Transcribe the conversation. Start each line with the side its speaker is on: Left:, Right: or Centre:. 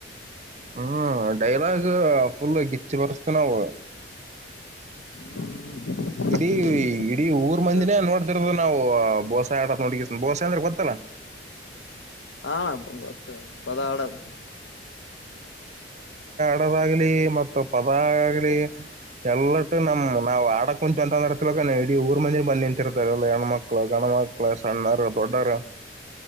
Right: ಹ್ಮ್ ಡೈಲಾಗಫುಲ್ ಗಿಚ್ಚಿಪರುಸ್ ನವು
Left: ಹ್ಮ್ ಹ್ಮ್
Right: ಇಡೀ ಇಡೀ ಊರ್
Left: ವಜ್ಜ
Right: ಮಂದಿನೇ ನೋಡ್ತಿರದದು ನಾವು ಬೋಸಾ ಆಡತ್ ನೋಡ ಬೋಸೆ ಅಂದ್ರೆ ಗೊತ್ತಲ್ಲಾ.
Left: ಹ ಗೊತ್ತು ಅದು ಪದಾ ಅಡದು
Right: ದ ಆಗಲಿ ಮತ್ತು ಪದ ಆ ಆಗ್ಲಿ ಎಲ್ಲಟ್ಟು ನಮ ನಾವ್ ಆಡಕ್ ಕುಂಚು ಅಂತ ಅಂದ್ರ ತಿಕ ಇಡ ಊರ್ ಮಂದಿರ್ ಬಂದ ನಿಂತಿರ್ತ ಎಲ್ಲ ಹೆಣ್ಮ ಮಕ್ಳ ಗಣ ಕ್ಳ ಸಣ್ಣಾರ ದೊಡ್ಡಾರ